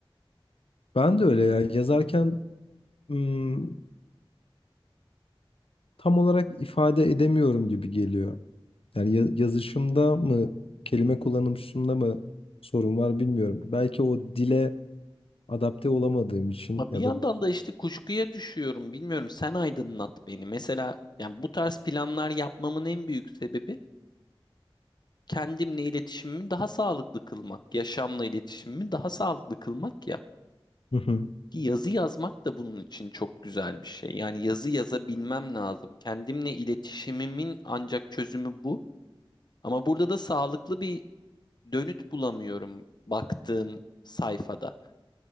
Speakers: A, on the left; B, on the left.
A: Ben de öyle ya yazarken ım, tam olarak ifade edemiyorum gibi geliyor. Yani ya- yazışımda mı, kelime kullanışımda mı sorun var bilmiyorum. Belki o dile adapte olamadığım için
B: Ama
A: ya
B: Bir yandan
A: da
B: da işte kuşkuya düşüyorum. Bilmiyorum sen aydınlat beni. Mesela yani bu tarz planlar yapmamın en büyük sebebi kendimle iletişimimi daha sağlıklı kılmak, yaşamla iletişimimi daha sağlıklı kılmak
A: Hı hı.
B: Ki Yazı yazmak da bunun için çok güzel bir şey. Yani yazı yazabilmem lazım. Kendimle iletişimimin ancak çözümü bu. Ama burada da sağlıklı bir dönüt bulamıyorum baktığım sayfada.